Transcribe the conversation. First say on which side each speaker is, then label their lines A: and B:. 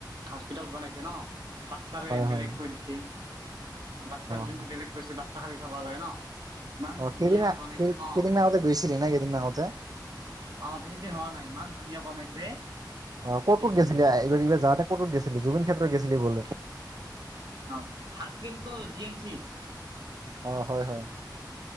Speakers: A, on the right; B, on the right.
A: হস্পিতাল বনাইছে ন, <inaudible>
B: হয়
A: বেলেগকৈ
B: হয়
A: দিছে, বাচ্ছাৰ যোনটো
B: অ
A: বেলেগ কৰছে বাচ্ছা খালি চাবা লাগে ন, ইমান
B: অ,
A: ধুনীয়া
B: কেইদিনা,
A: বনাইছে ন
B: কেইদিন আগতে গৈছিলি না, কেইদিন আগতে।
A: অ, বেছিদিন হোৱা নাই, ইমান ধুনীয়া বনাইছে
B: অ ক'ত ক'ত গেছিলি
A: <inaudible>
B: আ, এইবাৰ এইবাৰ যাওঁতে ক'ত,, ক'ত গৈছিলি, জুবিন ক্ষেত্ৰত গৈছিলি বোলে?
A: অ, ফাষ্ট গেলুতো জি, এম, চি,
B: অ, হয় হয়।